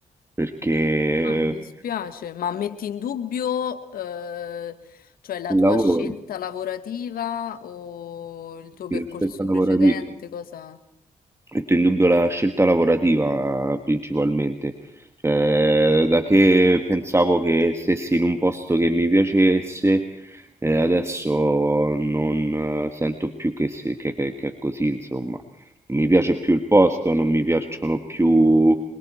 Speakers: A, on the right; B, on the left.
A: perché eh,
B: Ah, mi dispiace, ma metti in dubbio, eh, cioè la
A: il
B: tua
A: lavoro,
B: scelta lavorativa o il tuo
A: sì,
B: percorso
A: lo stress lavorativo.
B: precedente, cosa?
A: Metto in dubbio la scelta lavorativa principalmente, cioè da che pensavo che stessi in un posto che mi piacesse, eh, adesso non eh, sento più che, se- che- che- che è così, insomma. Non mi piace più il posto, non mi piacciono più